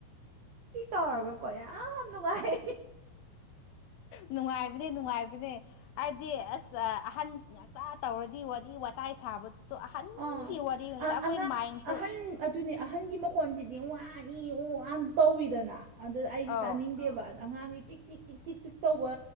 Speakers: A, on the right; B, on the left.
A: ꯇꯧꯒꯀꯣ ꯌꯥꯝ ꯅꯨꯡꯉꯥꯏ
B: ꯅꯨꯡꯉꯥꯏꯕꯅꯦ ꯅꯨꯡꯉꯥꯏꯕꯅꯦ ꯍꯥꯏꯕꯗꯤ ꯑꯁ ꯑꯍꯟ ꯉꯥꯛꯇ ꯇꯧꯔꯗꯤ ꯋꯥꯔꯤ ꯋꯥꯇꯥꯏ ꯁꯥꯕꯗꯨꯁꯨ ꯑꯍꯟꯒꯤ
A: ꯎꯝ ꯑꯥ
B: ꯋꯥꯔꯤ ꯉꯥꯛꯇ
A: ꯑ
B: ꯑꯩꯈꯣꯏ
A: ꯑꯉꯥꯡ
B: ꯃꯥꯏꯟꯁꯨ
A: ꯑꯍꯟ ꯑꯗꯨꯅꯦ ꯑꯍꯟꯒꯤ ꯃꯈꯣꯟꯁꯤꯗꯤ ꯋꯥꯏ ꯑꯣ ꯑ ꯇꯧꯋꯤꯗꯅ ꯑꯗꯨꯗ ꯑꯩꯗꯤ
B: ꯑꯧ
A: ꯇꯥꯅꯤꯡꯗꯦꯕ ꯑꯗ ꯑꯉꯥꯡꯗꯤ ꯆꯤꯛ ꯆꯤꯛ ꯆꯤꯛ ꯆꯤꯛ ꯆꯤꯛ ꯇꯧꯕ